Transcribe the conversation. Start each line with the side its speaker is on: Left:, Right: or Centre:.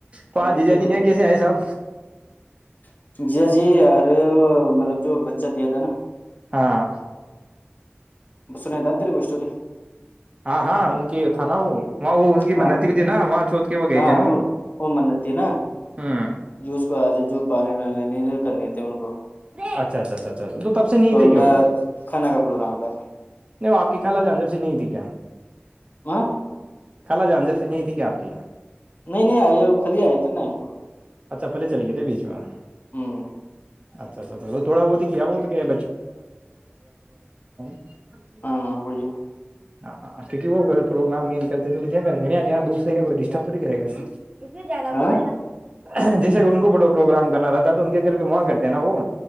Right: پا
Left: ہاں
Right: جی جاجی
Left: چل ہوتا
Right: یہ کیسے آئے سب
Left: ہے جی جی یار مطلب جو بچہ دیا تھا نا
Right: ہاں
Left: بس سنا د تیر کو اسٹوری
Right: ہاں ہاں ان کی تھا نا وہ وہاں وہ ان کی
Left: ہاں
Right: منتی بھی تھی نا وہاں چھوت کے وہ گئے
Left: ہاں
Right: تھے نا
Left: جو وہ منت تھی نا
Right: ہوں
Left: جو اس کو آج جو پالے وے نہیں کرنی ت ان کو
Right: اچھا اچھا اچھا اچھا تو تب سے نہیں
Left: تو
Right: تھے
Left: ان
Right: کہ
Left: کا
Right: وہ
Left: کھانا کا پروگرام تھا
Right: نہیں آپ کی خال جان جب سے نہیں تھی کیا
Left: ہ
Right: خلا جاں جیسی نہیں تھی کیا آپ کی
Left: نہیں نہیں آئی کال آئی ت نائٹ کو
Right: اچھا پہلے چلے گئے تھے بیچ میں
Left: ہم
Right: اچھا اچھا تو تھوا بہت ہی کیا وہ تو کیا ہے <unintelligible>
Left: ہاں
Right: تو
Left: وہی
Right: ہاں کیکہ وہ اگر پروگرام مین کرتے تو کر گاں دورر گیا ڈسٹر تو کرے گ اتنے زیادہ
Left: ہاں
Right: مجھے م جیسے کہ ان کو بڑ پروگرام کرنا رہتا تو ان کے گھر بی ماں کرتے ہیں نا وہ